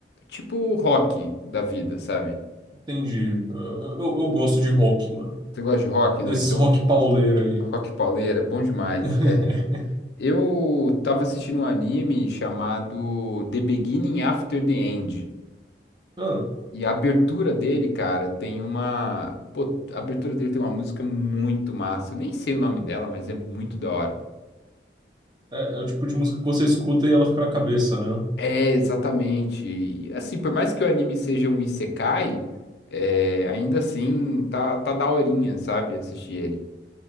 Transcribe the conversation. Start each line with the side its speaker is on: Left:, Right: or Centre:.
Left: Tipo rock da vida, sabe?
Right: entendi. Eu, eu, eu gosto de rock, mano.
Left: Você gosta de rock?
Right: Desses
Left: Não, então
Right: rock pauleira aí.
Left: rock pauleira, bom demais.
Right: <laughs>
Left: É, eu tava assistindo um anime chamado The Beginning After the End.
Right: Ah,
Left: E a abertura dele, cara, tem uma. Pô, a abertura dele tem uma música muito massa. Eu nem sei o nome dela, mas é muito da hora.
Right: é, é o tipo de música que você escuta e ela fica na cabeça, né? O
Left: É, exatamente. E assim, por mais que o anime seja um isekai, é, ainda assim tá, tá daorinha, sabe? Assistir ele.